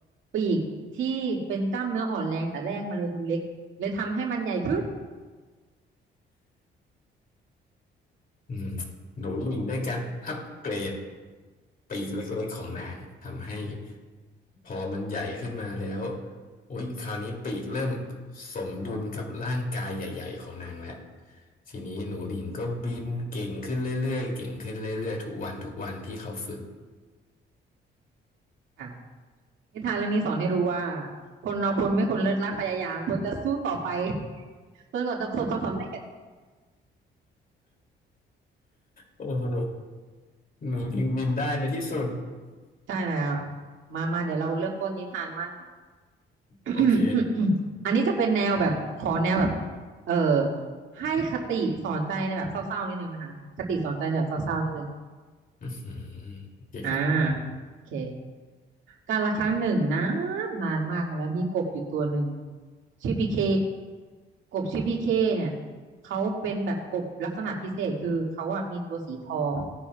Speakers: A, on the right; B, on the left.
A: ปีกที่เป็นกล้ามเนื้ออ่อนแรงแต่แรกมันเลยดูเล็กเลยทำให้มันใหญ่ขึ้น
B: อืมหนูบินได้การอัปเกรดปีกเล็กๆของนางทำให้พอมันใหญ่ขึ้นมาแล้วอุ๊ยคราวนี้ปีกเริ่มสมดุลกับร่างกายใหญ่ๆของนางแล้วทีนี้หนูหลิงก็บินเก่งขึ้นเรื่อยๆเก่งขึ้นเรื่อยๆทุกวันทุกวันที่เขาฝึก <laughs>
A: ค่ะนิทานเรื่องนี้สอนให้รู้ว่าคนเราควรไม่ควรเลิกรักพยายามควรจะสู้ต่อไป <laughs> จนกว่าจะประสบความสำเร็จ
B: โอ้โหหนูหลิงบินได้ในที่สุด
A: ใช่แล้ว มามาเดี๋ยวเราเริ่มต้นนิทานมั่ง <coughs>
B: โอเค
A: อันนี้จะเป็นแนวแบบขอแนวแบบ เออ ให้คติสอนใจในแบบเศร้าๆนิดนึงนะคะ คติสอนใจในแบบเศร้าๆนิดนึง
B: อือหือโอเคครับ
A: อ่าโอเคการละครั้งหนึ่งนานนานมากมาแล้วมีกบอยู่ตัวหนึ่งชื่อพี่เคกบชื่อพี่เคเนี่ยเขาเป็นแบบกบลักษณะพิเศษคือเขาอะมีตัวสีทอง